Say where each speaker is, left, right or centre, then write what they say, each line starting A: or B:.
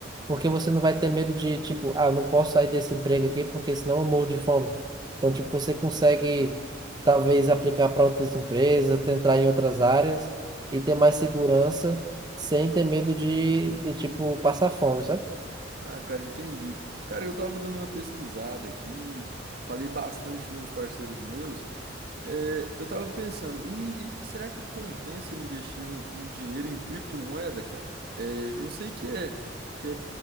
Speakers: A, on the right; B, on the right.
A: Porque você não vai ter medo de, tipo, ah, não posso sair desse emprego aqui porque senão eu morro de fome. Então, tipo, você consegue talvez aplicar para outras empresas, entrar em outras áreas e ter mais segurança sem ter medo de, de tipo, passar fome, sabe?
B: Ah, cara, entendi. Cara, eu tava dando uma pesquisada aqui, falei bastante com uns parceiros meus. É, eu tava pensando, e será que compensa eu investir um, um dinheiro em criptomoeda, cara? É, eu sei que é, que é,